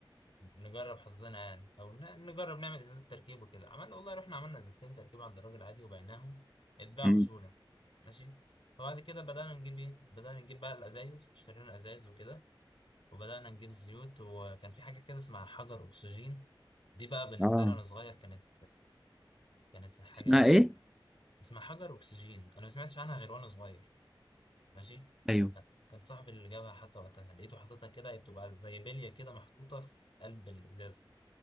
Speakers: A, on the left (about 75°); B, in the centre.
A: نجرب حظنا يعني او ن- نجرب نعمل ازازة تركيب وكده عملنا والله رحنا عملنا ازازتين تركيب عند الراجل عادي وبعناهم اتباعوا
B: مم.
A: بسهولة ماشي فبعد كده بدأنا نجيب ايه بدأنا نجيب بقى الازايز اشترينا ازايز وكده وبدأنا نجيب زيوت وكان في حاجة كده اسمها حجر أكسجين دي بقى بالنسبة
B: اه
A: لي وأنا صغير كانت كانت حاجة
B: اسمها ايه
A: اسمها حجر أكسجين أنا ما سمعتش عنها غير وأنا صغير ماشي
B: ايوه
A: كان كان صاحبي اللي جابها حتى وقتها لقيته حاططها كده هي بتبقى زي بلية كده محطوطة في قلب الإزازة